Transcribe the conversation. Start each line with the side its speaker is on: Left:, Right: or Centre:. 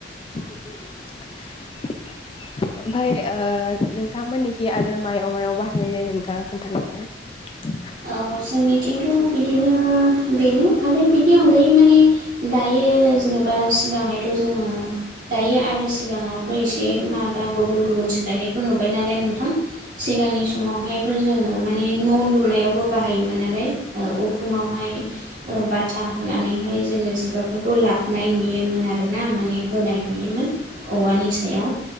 Left: <unintelligible> ओमफफ्राय नोंथांमोननिखि आरो मायाव मायाव बाहायनाय जायो नोंथाङा खोनथानो हागोन ना? <inaudible>
Right: औ जोंनिथिंथ' बिदिनो बेनो आरो बिनि अनगायै माने दायो जेनेबा सिगांहायथ' जोङो दायो आरो सिगाङावथ' एसे माबा गुबुन गुबुन सोलायनायखौ नुबाय नालाय नोंथां। सिगांनि समावहायथ' जोङो माने न' लुनायाव बो बाहायोमोन नालाय उखुमावहाय बाथा होनानैहाय जोङो जिगाबफोरखौ लाबनाय नुयोमोन आर ना माने होनाय नुयोमोन औवानि सायाव